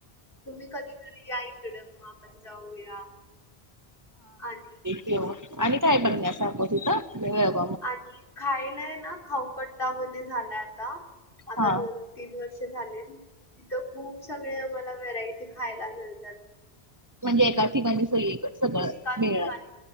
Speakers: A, on the left; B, on the right.
A: तुम्ही कधीतरी या इकड मग आपण जाऊया आणि
B: येव आणि काय बघण्या असखो तिथं <inaudible> मयाग.
A: आणि खायलाय ना खाऊकट्टा <inaudible> म्ह झालाय आता आता
B: हा.
A: दोन तीन वर्ष झाले. तथं खूप सगळे आम्हाला व्हेरायटी खायला मिळतात.
B: म्हणजे एका ठिकाणी स सगळं
A: एकाच
B: <inaudible> मिळ
A: ठिकाणी